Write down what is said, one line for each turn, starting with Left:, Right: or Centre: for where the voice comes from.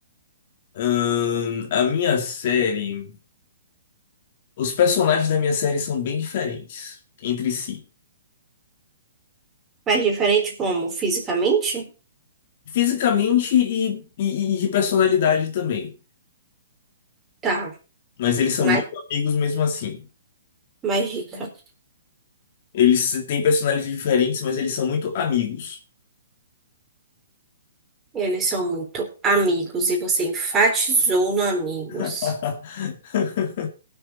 Left: Ahn, a minha série. Os personagens da minha série são bem diferentes entre si,
Right: Mas diferente como? Fisicamente?
Left: fisicamente e, e, e de personalidade também.
Right: Tá,
Left: Mas eles são
Right: mas,
Left: muito amigos mesmo assim.
Right: mas dica.
Left: Eles têm personalidades diferentes, mas eles são muito amigos.
Right: Eles são muito amigos e você enfatizou no amigos.
Left: <laughs>